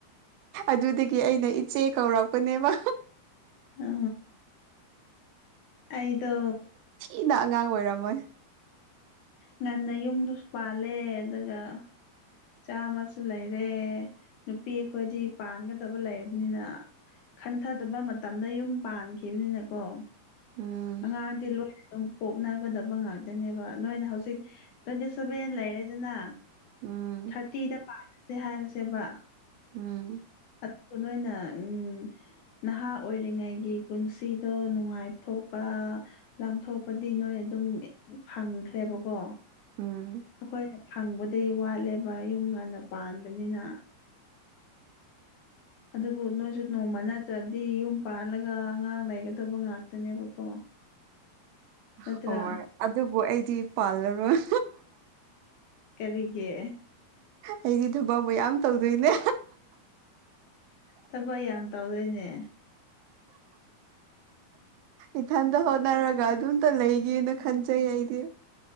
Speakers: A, on the right (about 80°); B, on the left (about 65°).
A: ꯑꯗꯨꯗꯒꯤ ꯑꯩꯅ ꯏꯆꯦ ꯀꯧꯔꯛꯄꯅꯦꯕ
B: ꯑ ꯑꯩꯗꯣ
A: ꯏꯗ ꯑꯉꯥꯡ ꯑꯣꯏꯔꯝꯃꯣꯏ
B: ꯉꯟꯅ ꯌꯨꯝꯗꯨꯁꯨ ꯄꯥꯜꯂꯦ ꯑꯗꯨꯒ ꯆꯥꯃꯁꯨ ꯂꯩꯔꯦ ꯅꯨꯄꯤ ꯑꯩꯈꯣꯏꯗꯤ ꯄꯥꯟꯒꯗꯕ ꯂꯩꯔꯕꯅꯤꯅ ꯈꯟꯊꯗꯕ ꯃꯇꯝꯗ ꯌꯨꯝ ꯄꯥꯟꯈꯤꯕꯅꯤꯅꯀꯣ
A: ꯎꯝ
B: ꯑꯉꯥꯡꯗꯤ ꯂꯣꯏꯅ ꯑꯗꯨꯝ ꯄꯣꯛꯅꯒꯗꯕ ꯉꯥꯛꯇꯅꯦꯕ ꯅꯣꯏꯅ ꯍꯧꯖꯤꯛ ꯇ꯭ꯋꯦꯟꯇꯤ ꯁꯚꯦꯟ ꯂꯩ ꯍꯥꯏꯔꯦꯗꯅ
A: ꯎꯝ
B: ꯊꯥꯔꯇꯤꯗ ꯄꯥꯔꯁꯦ ꯍꯥꯏꯔꯁꯦꯕ
A: ꯎꯝ
B: ꯑꯗꯨꯕꯨ ꯅꯣꯏꯅ ꯎꯝ ꯅꯍꯥ ꯑꯣꯏꯔꯤꯉꯩꯒꯤ ꯄꯨꯟꯁꯤꯗꯣ ꯅꯨꯡꯉꯥꯏꯕ ꯊꯣꯛꯄ ꯂꯥꯡꯊꯣꯛꯄꯗꯤ ꯅꯣꯏ ꯑꯗꯨꯝ ꯐꯪꯈ꯭ꯔꯦꯕꯀꯣ
A: ꯎꯝ
B: ꯑꯩꯈꯣꯏꯅ ꯐꯪꯕꯗꯒꯤ ꯋꯥꯠꯂꯦꯕ ꯌꯨꯝ ꯉꯟꯅ ꯄꯥꯟꯕꯅꯤꯅ
A: <unintelligible>
B: ꯑꯗꯨꯕꯨ ꯅꯣꯏꯁꯨ ꯅꯣꯡꯃ ꯅꯠꯇ꯭ꯔꯗꯤ ꯌꯨꯝ ꯄꯥꯜꯂꯒ ꯑꯉꯥꯡ ꯂꯩꯒꯗꯕ ꯉꯥꯛꯇꯅꯦꯕꯀꯣ ꯅꯠꯇ꯭ꯔꯥ
A: ꯍꯣꯏ ꯑꯗꯨꯕꯨ ꯑꯩꯗꯤ ꯄꯥꯜꯂꯔꯣꯏ
B: ꯀꯔꯤꯒꯦ
A: ꯑꯩꯗꯤ ꯊꯕꯥꯎ ꯃꯌꯥꯝ ꯇꯧꯗꯣꯏꯅꯦ
B: ꯊꯕꯛ ꯌꯥꯝ ꯇꯧꯗꯣꯏꯅꯦ
A: ꯏꯊꯟꯇ ꯍꯣꯠꯅꯔꯒ ꯑꯗꯨꯝꯇ ꯂꯩꯒꯦꯅ ꯈꯟꯖꯩ ꯑꯩꯗꯤ